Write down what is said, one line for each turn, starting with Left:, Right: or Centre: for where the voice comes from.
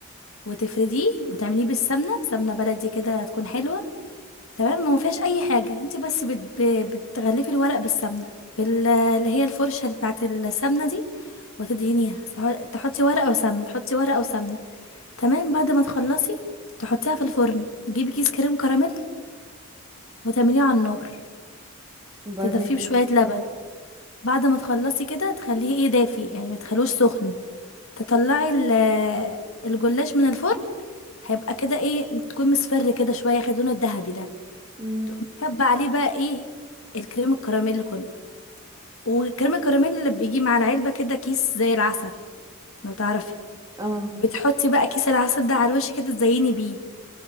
Left: وتفرديه وتعمليه بالسمنة سمنة بلدي كده تكون حلوة تمام ما فيهاش اي حاجه انت بس بت... ب- بتغلفي الورق بالسمنه بال... اللي هي الفرشه بتاعت السمنه دي وتدهنيها تح- تحطي ورقه وسمنه تحطي ورقه وسمنه تمام بعد ما تخلصي تحطيها في الفرن تجيبي كيس كريم كراميل وتعمليه على النار
Right: وبعدين
Left: تدفيه بشويه لبن بعد ما تخلصي كده تخليه ايه دافي يعني ما تخلوش سخن تطلعي ال- الجلاش من الفرن هيبقى كده ايه تكون مصفر كده شويه خد لونه الذهبي ده
Right: امم
Left: تقوم كب عليه بقى ايه الكريم الكراميل كله والكريم الكراميل اللي بيجي مع العلبة كده كيس زي العسل لو تعرفي
Right: اه
Left: بتحطي بقى كيس العسل ده على الوش كده تزيني بيه